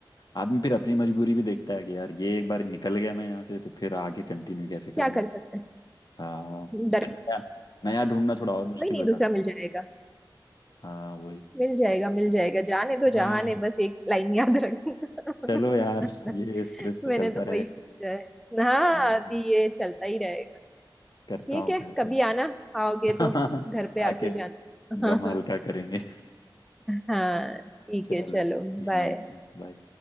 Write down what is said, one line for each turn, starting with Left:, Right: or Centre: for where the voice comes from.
Left: आदमी फिर अपनी मजबूरी भी देखता है कि यार ये एक बार निकल गया मैं यहाँ से तो फिर आगे कंटिन्यू कैसे करूँगा
Centre: क्या कर सकते
Left: हाँ
Centre: हैं डर
Left: फिर नया नया ढूंढना थोड़ा
Centre: कोई
Left: और मुश्किल
Centre: नहीं
Left: हो
Centre: दूसरा
Left: जाता
Centre: मिल जाएगा
Left: है हाँ वही
Centre: मिल जाएगा मिल जाएगा जाने दो जहाने
Left: हाँ
Centre: बस एक लाइन याद रखना
Left: चलो यार ये
Centre: <laughs>
Left: स्ट्रेस तो
Centre: मैंने
Left: चलता
Centre: तो वही सोचा है हाँ
Left: रहेगा
Centre: अभी ये चलता ही रहेगा ठीक
Left: करता हूँ
Centre: है
Left: फिर से
Centre: कभी
Left: <laughs>
Centre: आना आओगे
Left: बिल्कुल
Centre: तो घर पे
Left: आके
Centre: आके जाना
Left: गम
Centre: <laughs> हाँ
Left: हल्का
Centre: हाँ
Left: करेंगे <laughs>
Centre: हाँ ठीक
Left: चलो
Centre: है चलो
Left: ठीक
Centre: बाय
Left: है बाय